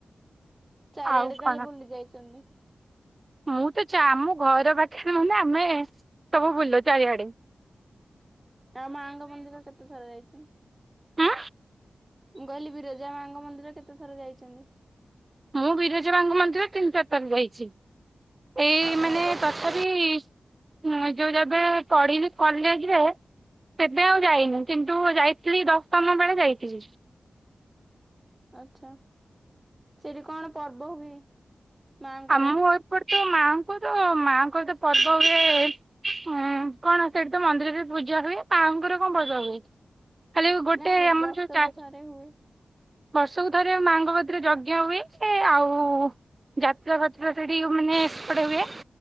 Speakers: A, on the right; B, on the right.
A: ଚାରିଆଡେ
B: ଆଉ
A: ତାହାଲେ
B: କଣ
A: ବୁଲି ଯାଇଚନ୍ତି?
B: ମୁଁ ତ ଚା ଆମ ଘର ପାଖରେ ମାନେ ଆମେ ସବୁ ବୁଲୁ ଚାରି ଆଡେ?
A: ଆଉ ମାଙ୍କ ମନ୍ଦିର କେତେ ଥର ଯାଇଚ?
B: ଉଁ
A: ମୁଁ କହିଲି ବିରଜା ମାଙ୍କ ମନ୍ଦିର କେତେ ଥର ଯାଇଚନ୍ତି?
B: ମୁଁ ବିରଜ ମାଙ୍କ ମନ୍ଦିର ତିନି ଚାରି ଥର ଯାଇଚି। ଏଇ
A: ହଁ।
B: ମାନେ ତଥାବି ମୁଁ ଯୋଉ ଯେବେ ପଢିବି କଲେଜରେ। କେବେ ଆଉ ଯାଇନି। କିନ୍ତୁ ଯାଇଥିଲି ଦଶମ ବେଳେ ଯାଇଥିଲି।
A: ଆଚ୍ଛା ସେଠି କଣ ପର୍ବ ହୁଏ? ମାଙ୍କର?
B: ଆମ ଏପଟ ତ ମାଙ୍କୁ ତ ମାଆଙ୍କର ତ ପର୍ବ ହୁଏ। ଉଁ କଣ ସେଠି ତ ମନ୍ଦିରରେ ପୂ ଜା ହୁଏ। ତାଙ୍କର କଣ ଭଜା ହୁଏ। ଖାଲି ଗୋଟେ
A: ନାଇଁ
B: ଆମର
A: ବର୍ଷକୁ
B: ଯୋଉ ଚା
A: ଥରେ ହୁଏ।
B: ବର୍ଷକୁ ଥରେ ମାଙ୍କ କତିରେ ଯଜ୍ଞ ହୁଏ। ସେ ଆଉ ଯା ପୂଜା ପାରଥନା ସେଠି ମାନେ ସେପଟେ ହୁଏ